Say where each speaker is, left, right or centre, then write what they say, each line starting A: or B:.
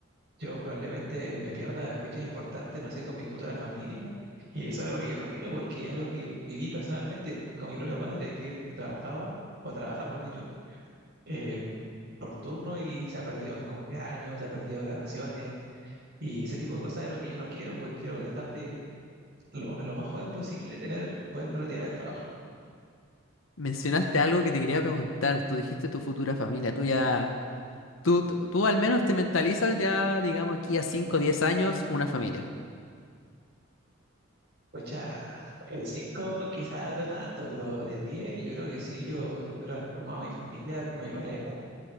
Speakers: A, on the right; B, on the left.
A: Yo probablemente me pierda fechas importantes, no sé, con mi futura familia. Y eso es algo que yo no quiero porque es algo que viví personalmente con mi propio padre, que él trabajaba, o trabaja, mejor dicho, em, por turno y se ha perdido mis cumpleaños, se ha perdido grabaciones. Y ese tipo de cosas es algo que yo no quiero, pues quiero tratar de lo, lo más joven posible tener, poderme retirar del trabajo.
B: Mencionaste algo que te quería preguntar. Tú dijiste tu futura familia. Tú ya, tú, tú tú al menos te mentalizas ya, digamos, aquí a 5 o 10 años, una familia.
A: Pues ya, de 5 quizás no tanto, pero de 10 yo creo que sí, yo espero haber formado mi familia con mi pareja